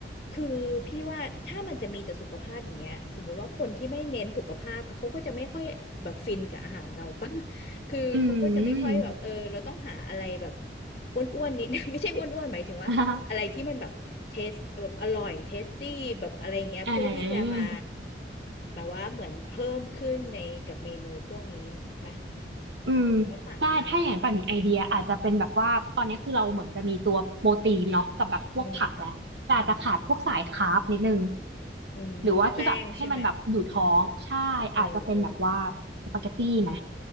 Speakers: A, on the left; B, on the right.
A: คือพี่ว่าถ้ามันจะมีแต่สุขภาพอย่างเงี้ยสมมุติว่าคนที่ไม่เน้นสุขภาพเขาก็จะไม่ค่อยแบบฟินกับอาหารเราปะ <laughs> คือเขาก็จะไม่ค่อยแบบเออเราต้องหาอะไรแบบ
B: อืม
A: อ้วนๆนิด <laughs> ไม่ใช่อ้วนๆหมายถึงว่า
B: <laughs> อ่า
A: อะไรที่มันแบบเทสแบบอร่อยเทสตี้แบบอะไรอย่างเงี้ยเพื่อที่จะมา
B: อ่า
A: แบบว่าเหมือนเพิ่มขึ้นในกับเมนูพวกนี้ไหม
B: อืม
A: น้องน้องป่านว่าไหม
B: ได้ถ้าอย่างนั้นป่านมีไอเดียอาจจะเป็นแบบว่าตอนนี้คือเราเหมือนจะมีตัวโปรตีนเนาะกับแบบพวกผักแล้วแต่อาจจะขาดพวกสายคาร์บนิดนึง
A: อืมอืมอืมแป้งใช่ไหม
B: หรือว่าที่แบบให้มันแบบอยู่ท้องใช่อาจจะเป็นแบบว่า
A: เออเออ
B: สปาเกตตี้ไหม